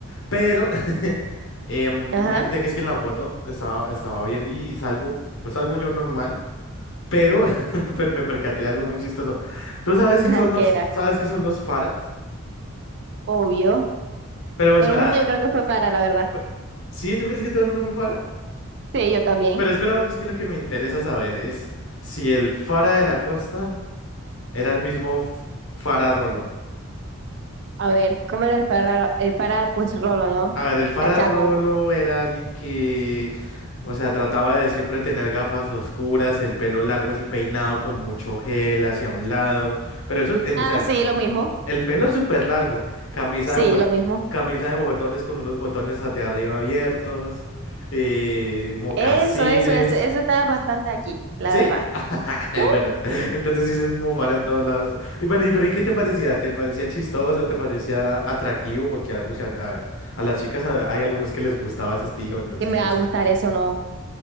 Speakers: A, on the left; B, on the right.
A: Pero <laughs> em,
B: Ajá,
A: imagínate que es que en la foto estaba, estaba viendo y salgo, pues salgo yo normal, pero <laughs> per- me percaté de algo muy chistoso. ¿Tú sabes
B: <laughs>
A: qué
B: ajá,
A: son
B: ¿qué
A: los,
B: era?
A: sabes qué son los faras?
B: Obvio.
A: Pero espera,
B: Todo el mundo yo creo que fue para, la verdad.
A: pe- ¿sí? ¿Tú crees que todo el mundo fue fara?
B: Sí, yo también.
A: Pero espera, porque es que lo que me interesa saber es si el fara de la costa era el mismo f- fara Rolo.
B: A ver, ¿cómo era el para? el para, pues Rolo, ¿no?
A: A ver, el fararolo
B: Cachaco.
A: era alguien que, o sea, trataba de siempre tener gafas oscuras, el pelo largo así peinado con mucho gel hacia un lado, pero eso, el,
B: Ah,
A: o sea, el,
B: sí,
A: pe-
B: lo mismo.
A: el pelo súper largo, camisa
B: Sí,
A: de, bot-
B: lo mismo.
A: camisa de botones con unos botones de arriba abiertos, eh, mocasines.
B: Eso, eso, eso, eso estaba bastante aquí, la
A: ¿Sí?
B: verdad.
A: <laughs>
B: Uh,
A: Bueno, entonces sí es el mismo fara en todos lados. Y bueno, ¿y pero ¿y qué te parecía? ¿Te parecía chistoso? ¿Te parecía atractivo? Porque ah, uy, a, a- a las chicas a- hay algunas que les gustaba ese estilo, entonces
B: que me
A: no
B: va
A: sé.
B: a gustar eso, ¿no? O